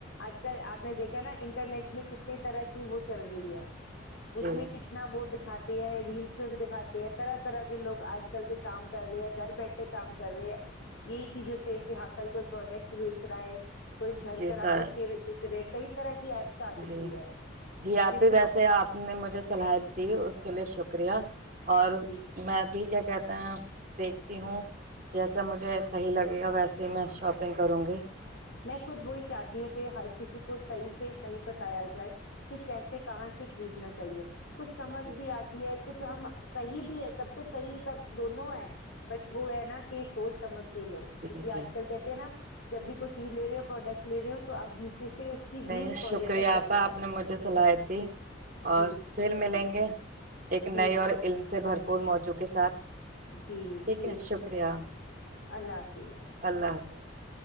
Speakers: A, on the left (about 70°); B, on the right (about 40°).
A: آج کل آپ نے دیکھا نا انٹرنیٹ میں کتنی طرح کی وہ چل رہی ہے اس
B: جی
A: میں کتنا وہ دکھاتا ریلس میں بھی دکھاتے ہیں طرح طرح کے لوگ آج کل کے کام کر رہے ہیں گھر بیٹھے کام کر رہے ہیں یہی چیزوں سے کہ ہاں کل کوئی پروڈکٹ بیچ رہا ہے کوئی گھر
B: جی
A: کا راشن
B: سر
A: کیے پچ رہے کئی طرح کی ایپس آ چکی
B: جی
A: ہے
B: جی آپ
A: جس
B: ہی
A: سے
B: ویسے
A: ہم
B: آپ نے مجھے صلاحیت دی اس کے لیے شکریہ اور
A: جی
B: میں اب بھی کیا کہتا میں دیکھتی ہوں جیسا مجھے صحیح لگے گا ویسے ہی میں شاپنگ کروں گی
A: میں خود وہی چاہتی ہوں کہ ہر کسی کو صحیح سے صحیح بتایا جائے کہ کیسے کہاں سے خریدنا چاہیے کچھ سمجھ
B: جی
A: بھی آتی ہے کچھ ہم صحی بھی ہے سب کچھ صحیح سب دونوں ہے بٹ وہ ہے نا کہ سوچ سمجھ کے لو کیونکہ
B: جی جی
A: آج کل کہتے ہیں نا جب بھی ل رہے ہو پروڈکٹ لے رہ ہو تو اب نیچے سے اس کی
B: نہیں
A: ویوز
B: شکریہ
A: پڑھو کہ
B: آپا
A: صحیح ہے
B: آپ نے مجھے صلاحیت دی اور
A: جی
B: پھر
A: جی اپی،
B: ملیں گے ایک
A: جی
B: نئے اور
A: بہت
B: علم سے بھرپور موضوع کے ساتھ
A: جی
B: ٹھیک
A: ج
B: ہے شکریہ
A: اللہ حافظ
B: اللہ حافظ